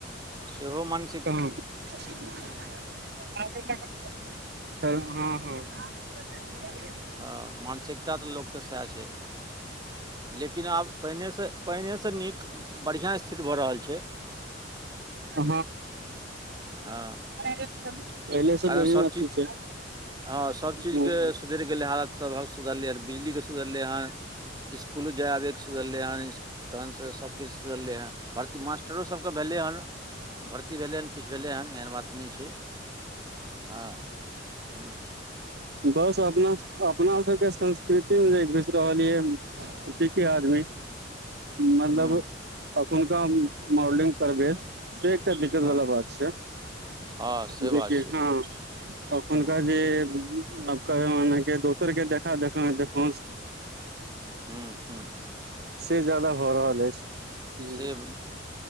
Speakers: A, on the right (about 20°); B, on the right (about 60°).
A: सेहो मन
B: <unintelligible> ह <unintelligible>
A: हँ मानसिकता तऽ लोकके सएह छै। लेकिन आब पहीले सँ पहीलेसँ नीक बढ़िआँ स्थिति भऽ रहल छै।
B: हँ।
A: हँ।
B: पहिलेसँ
A: कारण
B: बढ़िया
A: सभ
B: <unintelligible>
A: चीज
B: छै।
A: हँ सभ चीजके
B: ह
A: सुधरि गेलै हालत सभ सुधरलै बिजलीके सुधरलै हन। स्कूल जाय आबैके सुधरलै हन। तखनसँ सभकिछु सुधलै हँ। भर्ती मास्टरोसभके भेलै हन। भर्ती भेलै हन किछु भेलै हन एहन बात नहि छै। हँ ह
B: बस अपना अपना सबके संस्कृति मे जे घुसि रहल यै क के आदमी मतलब
A: हँ
B: अखुनका मॉलडिंग प्रवेश से एकटा दिक्कत
A: हँ
B: वाला बात छै।
A: हँ
B: <unintelligible>
A: से बात छै
B: हँ अखुनका
A: हँ
B: जे नबका मने के दोसर के देखा देख देखोस
A: हुम्म हुम्म।
B: से जादा भऽ रहल अछि। हु
A: से